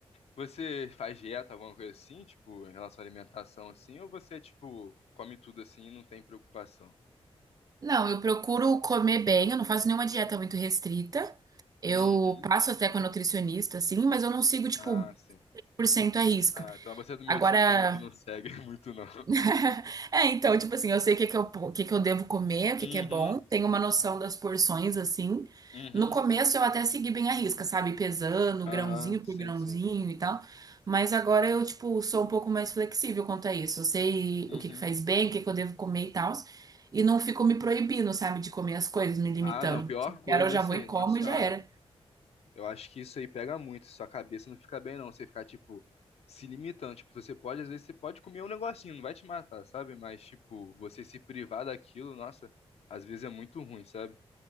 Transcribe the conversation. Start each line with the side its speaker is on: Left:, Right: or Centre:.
Left: Você faz dieta, alguma coisa assim, tipo, em relação à alimentação, assim, ou você, tipo, come tudo assim e não tem preocupação?
Right: Não, eu procuro comer bem, eu não faço nenhuma dieta muito restrita. Eu
Left: Uhum.
Right: passo até com a nutricionista, assim, mas eu não sigo, tipo,
Left: Ah, sim.
Right: 100% arrisca.
Left: Ah, então você é do meu
Right: Agora,
Left: time também, que não segue <laughs> muito, não.
Right: <laughs> é, então, tipo assim, eu sei o que que eu, o que que eu devo comer, o que
Left: Uhum,
Right: que é bom, tenho uma noção das porções, assim.
Left: uhum.
Right: No começo eu até segui bem a risca, sabe? Pesando
Left: Aham,
Right: grãozinho
Left: sim,
Right: por grãozinho
Left: sim.
Right: e tal. Mas agora eu, tipo, sou um pouco mais flexível quanto a isso. Eu sei
Left: Uhum.
Right: o que que faz bem, o que que eu devo comer e tal. E não fico me proibindo, sabe, de comer as coisas, me limitando.
Left: Ah, não, pior
Right: Se
Left: coisa
Right: quero, eu já
Left: é isso
Right: vou e
Left: aí,
Right: como
Left: nossa senhora.
Right: e já era.
Left: Eu acho que isso aí pega muito, sua cabeça não fica bem não, você ficar, tipo, se limitando, tipo, você pode, às vezes, você pode comer um negocinho, não vai te matar, sabe? Mas, tipo, você se privar daquilo, nossa, às vezes é muito ruim, sabe?